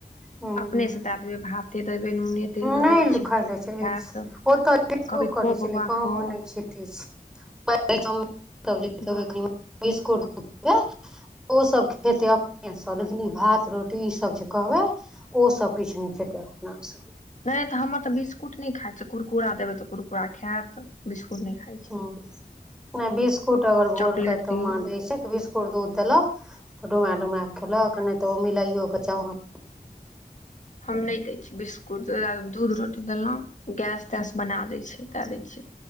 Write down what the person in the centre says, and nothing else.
हूँ
नहि
खाय
लए
चाहै
छै ओतऽ छेबो
करै
छलै
गाँवमे
नहि खेतै छै बिस्कुट
<unintelligible> ओ सब खेतै अपने सँ लेकिन ई भात रोटी ई सब जे कहबै ओ सब किछु नै खेतै अपना स
हँ नै बिस्कुट अगर भोरक
एतऽ
माँ दैय छैय तऽ बीस उर दूध देलक तऽ डुमा डुमा क खेलक नै तऽ ओ मिलाइयो क चमच